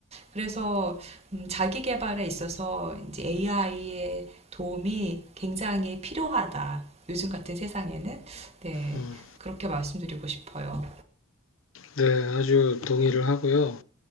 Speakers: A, on the right; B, on the left.
A: 그래서 음, 자기 개발에 있어서 이제 AI의 도움이 굉장히 필요하다. 요즘 같은 세상에는 네
B: 음,
A: 그렇게 말씀드리고 싶어요.
B: 네, 아주 동의를 하고요.